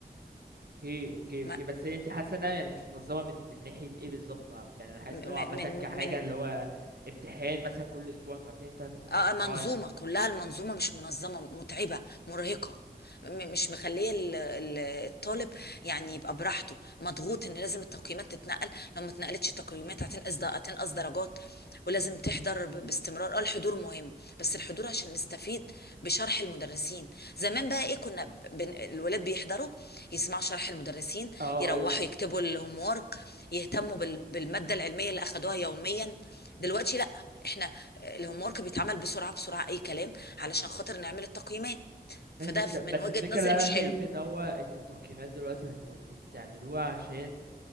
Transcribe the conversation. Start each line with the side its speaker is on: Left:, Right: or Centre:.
Right: اوكي اوكي
Left: ما-
Right: اوكي بس هي انت حاسه انها يعني مش منظمه من من ناحيه ايه بالظبط ما- يعني انا حاسس
Left: م-
Right: ان هو
Left: م-
Right: عامه
Left: من
Right: كحاجه
Left: من
Right: اللي هو امتحان مثلا كل اسبوع انتوا عارفين انتوا هتمتحنوا
Left: اه آه،
Right: اسبوع
Left: منظومة
Right: ال-
Left: كلها المنظومة مش منظمة متعبة مرهقة م- مش مخلية ال- ال- الطالب يعني يبقى براحته مضغوط ان لازم التقييمات تتنقل لو ما اتنقلتش تقييمات هتنقص هتنقص درجات ولازم تحضر ب- باستمرار اه الحضور مهم بس الحضور عشان نستفيد بشرح المدرسين زمان بقى ايه كنا ب- بن... الولاد بيحضروا يسمعوا شرح المدرسين
Right: اه
Left: يروحوا
Right: ايوه
Left: يكتبوا الهوم وورك يهتموا بال... بالمادة العلمية اللي اخدوها يوميا دلوقتي لا احنا الهوم ورك بيتعمل بسرعه بسرعه اي كلام علشان خاطر نعمل التقييمات فده
Right: ماشي بس
Left: ف- من
Right: بس
Left: وجهه
Right: الفكرة
Left: نظري
Right: اللي
Left: مش
Right: أنا شايف
Left: حلو
Right: إن هو انتوا التقييمات دلوقتي ما انتوا بتعملوها عشان